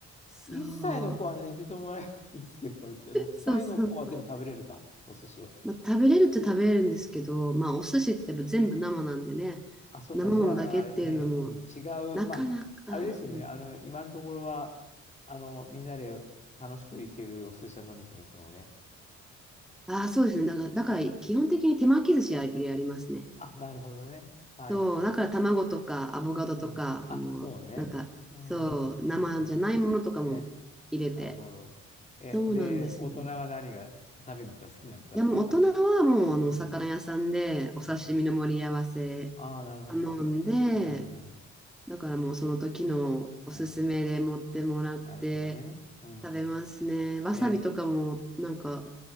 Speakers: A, in the centre; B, on the left (about 25°).
A: そう、
B: 1歳の子は寝ててもらえばいいんですけど、6歳の子はでも食べれるか、
A: そうそうそう。
B: お寿司は。
A: まあ、食べれるっちゃ食べれるんですけど、まあ、お寿司ってやっぱ全部生なんでね、
B: あ、そうか、
A: 生ものだけっていうのも、
B: じゃあ、あれね、うん、違う、
A: なかなか、
B: まあ、あれですよね、
A: うん、
B: あの、今のところは、あの、みんなで楽しく行けるお寿司屋さんですよね、今日はね。
A: ああ、そうですね。だから、だから基本的に手巻き寿司ややりますね。
B: ね。あ、なるほどね。はいはいはい。
A: そう、だから卵とかアボカドとか、
B: うん。あ、
A: あの、
B: そうね。
A: なんか、
B: うん、
A: そう、
B: うん、
A: 生じゃないものとかも入れて。
B: うん、うん。ね、なるほど。え、
A: そうなんですよ。
B: で、大人は何が食べるんですか好きなんですかマイさんは。
A: いやもう大人はもうあのお魚屋さんでお刺身の盛り合わせ
B: うん、うん。ああ、なるほど。
A: 頼んで、
B: うん、う
A: だからもうその時のおすすめで持ってもらって
B: ん。なるほどね。うん。
A: 食べますね。わさびとかもなんか、
B: ね。